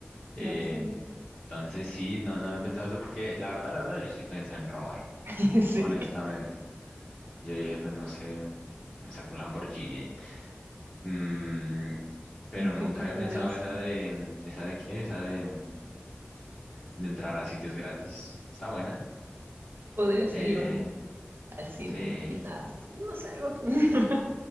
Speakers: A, on the left; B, on the right.
A: Eh,
B: No sé.
A: entonces sí, no, no he pensado eso porque la verdad, la verdad, yo sí pensé en robar,
B: <laughs> Sí,
A: honestamente. Yo dije, pues no sé, me saco un Lamborghini ahí. Mm, pero nunca
B: sí que
A: había
B: podrías,
A: pensado esa de, mm, ¿esa de qué? Esa de, mm, de entrar a sitios gratis. Está buena.
B: podría ser
A: Eh,
B: igual al cine,
A: sí,
B: quizás, no sé, algo <laughs>